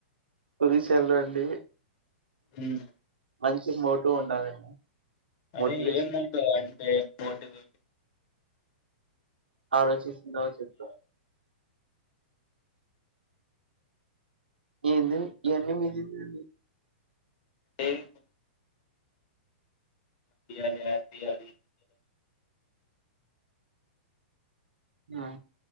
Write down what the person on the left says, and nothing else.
మ్మ్.
అదే
ఏం మోటో అంటే మోటిది
ఎబ్ తియ్యాల తియ్యాలి